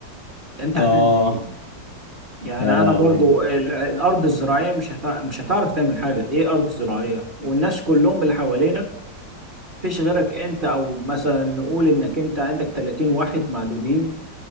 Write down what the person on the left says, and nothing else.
آه
يا لهوي